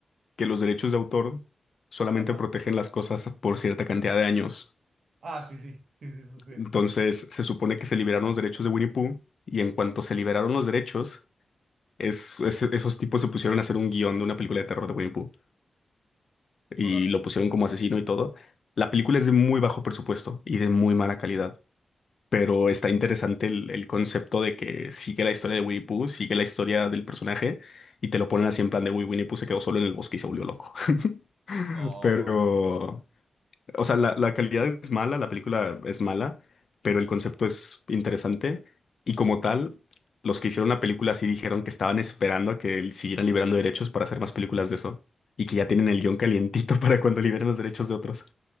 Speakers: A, on the left (about 60°); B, on the right (about 70°).
A: que los derechos de autor solamente
B: Ajá.
A: protegen las cosas por cierta cantidad de años.
B: Ah, sí, sí, sí, sí, sí, sí.
A: Entonces, se supone que se liberaron los derechos de Winnie Pooh y en cuanto se liberaron los derechos, es- es- esos tipos se pusieron a hacer un guión de una película de terror de Winnie Pooh y
B: Órale.
A: lo pusieron como asesino y todo. La película es de muy bajo presupuesto y de muy mala calidad, pero está interesante el, el concepto de que sigue la historia de Winnie Pooh, sigue la historia del personaje y te lo ponen así en plan de, uy, Winnie Pooh se quedó solo en el bosque y se volvió loco. <laughs>
B: No,
A: Pero
B: güey.
A: O sea, la, la calidad es mala, la película es mala, pero el concepto es interesante. Y como tal, los que hicieron la película sí dijeron que estaban esperando a que siguieran liberando derechos para hacer más películas de eso. Y que ya tienen el guión calientito <laughs> para cuando liberen los derechos de otros.